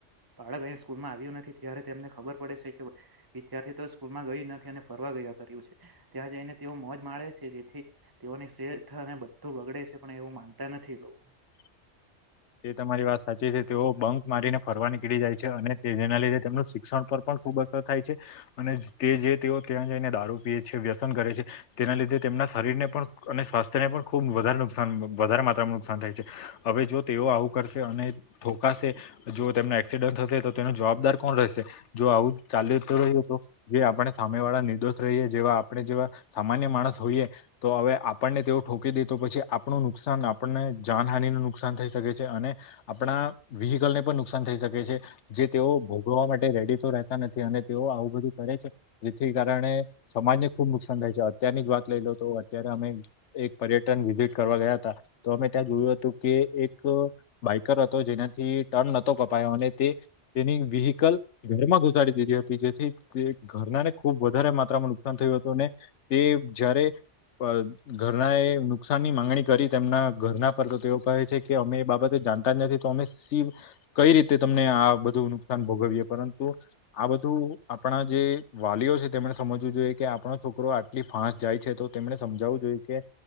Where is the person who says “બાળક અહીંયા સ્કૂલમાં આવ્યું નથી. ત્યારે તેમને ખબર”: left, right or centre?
Right